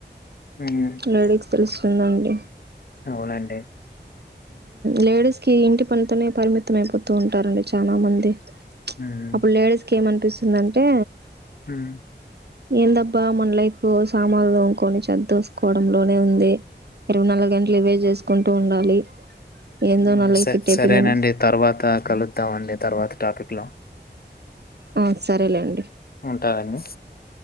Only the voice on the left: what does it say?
హ్మ్.
అవునండి
హ్మ్.
హుమ్
మ్
స
సరేనండి తర్వాత కలుద్దాండి తర్వాత టాపిక్ హలో
ఉంటానండి.